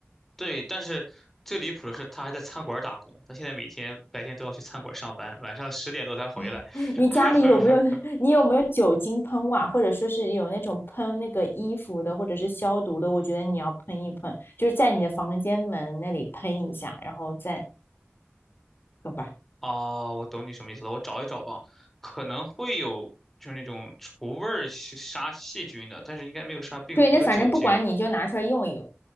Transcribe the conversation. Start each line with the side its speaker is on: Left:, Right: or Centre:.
Centre: 对，但是最离谱的是，他还在餐馆儿打工，他现在每天白天都要去餐馆儿上班，晚上十点多才回来。
Left: <laughs> 你家里有没有那
Centre: <laughs>
Left: <laughs> 你有没有酒精喷雾啊？或者说是有那种喷那个衣服的，或者是消毒的？我觉得你要喷一喷，就是在你的房间门那里喷一下，然后再懂吧？
Centre: 哦，我懂你什么意思了，我找一找吧，可能会有就是那种除味儿是杀细菌的，但是应该没有杀病毒的酒精，
Left: 对，那反正不管你就拿出来用一用。